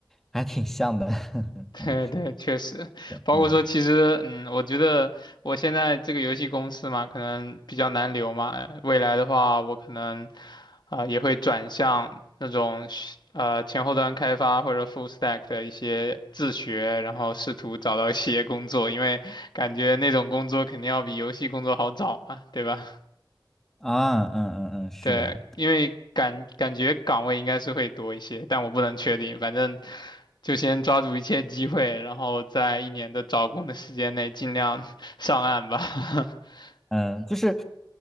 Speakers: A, in the centre; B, on the left.
A: 还挺像的，<laughs>
B: 对对，
A: 嗯，是，
B: 确实，包括说，
A: 嗯，
B: 其实，嗯，我觉得我现在这个游戏公司嘛，可能比较难留嘛。呃未来的话，我可能，啊、也会转向那种是呃，前后端开发或者 full stack 的一些自学，然后试图找到一些工作，因为感觉那种工作肯定要比游戏工作好找嘛，对吧？
A: 啊，嗯嗯嗯，是的，
B: 对，因为感感觉岗位应该是会多一些，但我不能确定。反正就先抓住一切机会，然后在一年的找工的时间内尽量 <laughs> 上岸吧。<laughs>
A: 嗯，就是，